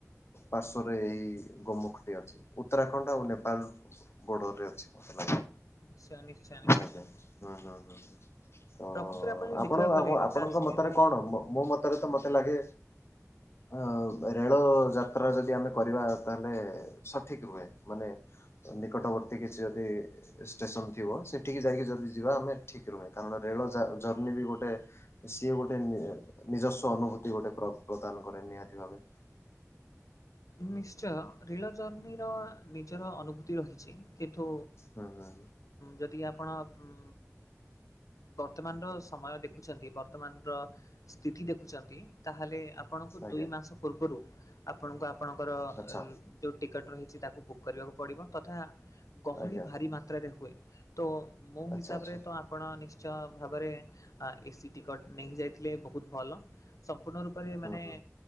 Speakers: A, on the left; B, on the left.
A: ପାର୍ଶ୍ଵରେ ଏଇ ଗୋମୁଖଟି ଅଛି, ଉତ୍ତରାଖଣ୍ଡ ଆଉ ନେପାଳ ବୋର୍ଡରରେ ଅଛି ମୋତେ ଲାଗେ।
B: ନିଶ୍ଚୟ ନିଶ୍ଚୟ ନିଶ୍ଚୟ
A: ଆଜ୍ଞା! ହଁ, ହଁ, ହଁ,
B: ପ୍ରକୃତରେ ଯଦି
A: ଆପଣ
B: ଦେଖିବାକୁ
A: ଆପଣଙ୍କ
B: ଗଲେ କାଶ୍ମୀରରେ
A: ମତରେ କଣ? ମୋ ମତରେ ତ ମତେ ଲାଗେ ହଁ ରେଳ ଯାତ୍ରା ଯଦି ଆମେ କରିବା ତାହେଲେ, ସଠିକ ରୁହେ ମାନେ ନିକଟବର୍ତ୍ତୀ କିଛି ଯଦି ଷ୍ଟେ ଷ୍ଟେସନ ଥିବ ସେଠିକି ଯାଇକି ଯଦି ଯିବା ଆମେ ଠିକ୍ ରୁହେ, କାରଣ ରେଳ ଯା ଜର୍ଣ୍ଣିି ବି ଗୋଟେ ସିଏ ଗୋଟେ ନି ନିଜସ୍ଵ ଅନୁଭୂତି ଗୋଟେ ପ୍ରଦାନ କରେ ନିହାତି ଭାବେ।
B: ନିଶ୍ଚୟ, ରେଳ ଜର୍ନିର ନିଜର ଅନୁଭୂ ତିର କିଛି କିନ୍ତୁ,
A: ହୁଁ ହୁଁ
B: ଯଦି ଆପଣ ଉଁ ବର୍ତ୍ତମାନର ସମୟ ଦେଖୁଛନ୍ତି, ବର୍ତ୍ତମାନର ସ୍ଥିତି ଦେଖଚନ୍ତି, ତାହେଲେ ଆପଣଙ୍କୁ
A: ଆଜ୍ଞା
B: ଦୁଇ ମାସ ପୂର୍ବରୁ, ଆପଣଙ୍କୁ ଆପଣଙ୍କର
A: ଆଚ୍ଛା
B: ଋତୁ ଟିକେଟ୍ ରହିଚି ତାକୁ ବୁକ୍ କରିବାକୁ ପଡ଼ିବ, ତଥା ଗହଳି
A: ଆଜ୍ଞା
B: ଭାରି ମାତ୍ରାରେ ହୁଏ। ତୋ ମୋ
A: ଆଚ୍ଛା
B: ହିସାବରେ
A: ଆଚ୍ଛା
B: ତ ଆପ୍ ଆପଣ ନିଶ୍ଚୟ ଭାବରେ ଆଁ ଏସି ଟିକଟ୍ ନେଇକି ଯାଇଥିଲେ ବହୁତ୍ ଭଲ। ସମ୍ପୂର୍ଣ ରୁପ୍ ପରେ
A: ହୁଁ
B: ମାନେ
A: ହୁଁ